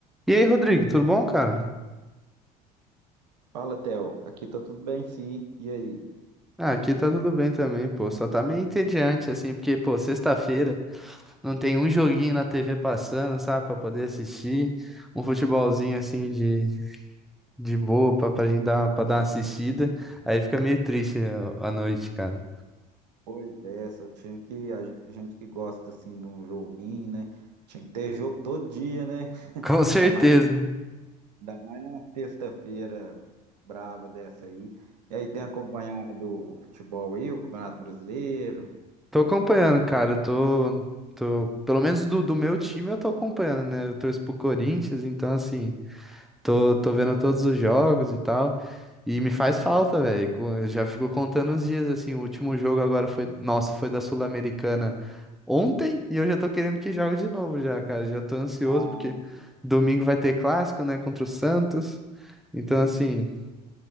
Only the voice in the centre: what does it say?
E aí, Rodrigo, tudo bom, cara?
Ah, aqui tá tudo bem também, pô. Só tá meio entediante, assim, porque, pô, sexta-feira não tem um joguinho na TV passando, sabe, pra poder assistir. Um futebolzinho, assim, de, de boa pra, pra gente dar, pra dar uma assistida. Aí fica meio triste a, a noite, cara.
<laughs> Com certeza.
Tô acompanhando, cara. eu Tô, tô, pelo menos do, do meu time eu tô acompanhando, né? Eu torço pro Corinthians, então, assim. Tô, tô vendo todos os jogos e tal. E me faz falta, velho. Co- eu Já fico contando os dias, assim. O último jogo agora foi. Nossa, foi da Sul-Americana ontem. E eu já tô querendo que jogue de novo, já, cara. Já tô ansioso,
porque domingo vai ter clássico, né? Contra o Santos. Então, assim,